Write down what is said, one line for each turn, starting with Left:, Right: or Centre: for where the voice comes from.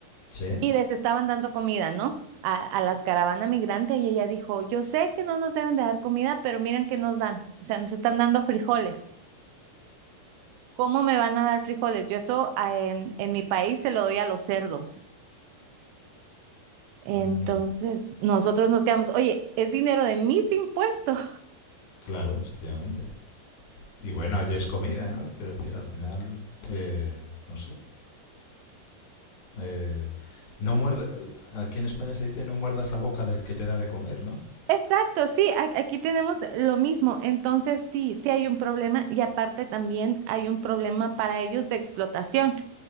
Left: Sí.
Right: y les estaban dando comida, ¿no? A, a las caravanas migrantes, y ella dijo, yo sé que no nos deben de dar comida, pero miren que nos dan, o sea, nos están dando frijoles. ¿Cómo me van a dar frijoles? Yo esto ah, en, en mi país se lo doy a los cerdos. Entonces,
Left: <laughs> Madre mía.
Right: nosotros nos quedamos, oye, es dinero de mis impuestos.
Left: Claro, efectivamente. Y bueno, ya es comida, ¿no? Quiero decir, al final, eh, no sé. Eh, no muerde, aquí en España se dice no muerdas la boca del que te da de comer, ¿no?
Right: Exacto, sí, a- aquí tenemos lo mismo. Entonces, sí, sí hay un problema y aparte también hay un problema para ellos de explotación,